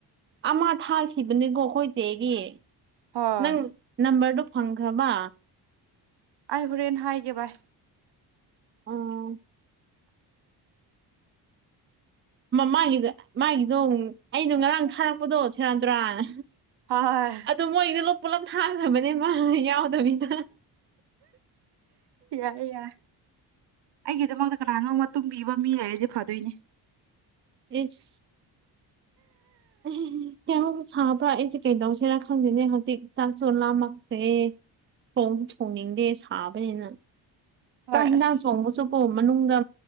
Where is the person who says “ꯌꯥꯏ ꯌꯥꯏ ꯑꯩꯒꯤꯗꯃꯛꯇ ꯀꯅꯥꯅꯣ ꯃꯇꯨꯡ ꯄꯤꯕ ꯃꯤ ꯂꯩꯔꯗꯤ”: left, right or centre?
Right